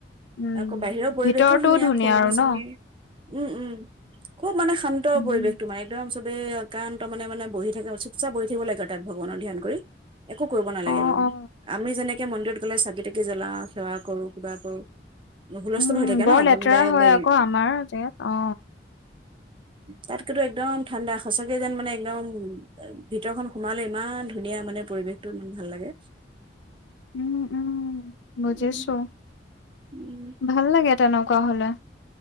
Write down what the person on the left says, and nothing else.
উম
ভিতৰতো
আৰু
ন
উম
অ
অ
উম
বৰ
লেতেৰা
হয়
আকৌ আমাৰ জেগাত অ
উম, উম, বুজিছো
ভাল লাগে তেনেকুৱা হ'লে।